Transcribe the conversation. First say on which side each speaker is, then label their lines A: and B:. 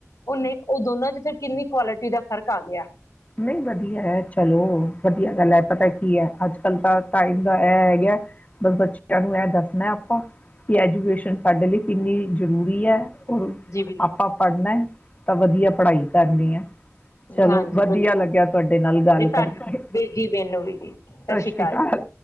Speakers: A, on the left; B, on the left.
A: ਉਹਨੇ ਉਹ ਦੋਨਾਂ ਚ ਫਿਰ ਕਿੰਨੀ ਕੁਆਲਿਟੀ ਦਾ ਫ਼ਰਕ ਆ ਗਿਆ
B: ਨਹੀਂ ਵਧੀਆ ਹੈ ਚਲੋ ਵਧੀਆ ਗੱਲ ਹੈ ਪਤਾ ਕੀ ਹੈ ਅੱਜ ਕੱਲ੍ਹ ਤਾਂ ਟਾਈਮ ਦਾ ਇਹ ਹੈਗਾ ਬਸ ਬੱਚਿਆਂ ਨੂੰ ਇਹ ਦੱਸਣਾ ਕਿ ਐਜੂਕੇਸ਼ਨ ਸਾਡੇ ਲਈ ਕਿੰਨੀ ਜ਼ਰੂਰੀ ਹੈ।
A: ਜੀ ਬਿਲ
B: ਆਪਾਂ ਪੜ੍ਹਨਾ ਤਾਂ ਵਧੀਆ ਪੜ੍ਹਾਈ ਕਰਨੀ ਹੈ। ਚਲੋ
A: ਹਾਂਜੀ
B: ਵਧੀਆ
A: ਬਿਲਕੁਲ
B: ਲੱਗਿਆ
A: ਜੀ
B: ਤੁਹਾਡੇ ਨਾਲ ਗੱਲ
A: ਜੀ ਤੁਹਾਨੂੰ
B: ਕਰਕੇ ਸਤਿ
A: ਬੇ- ਜੀ ਮੈਨੂੰ ਵੀ ਜੀ ਸਤਿ
B: ਸ਼੍ਰੀ ਅਕਾਲ।
A: ਜੀ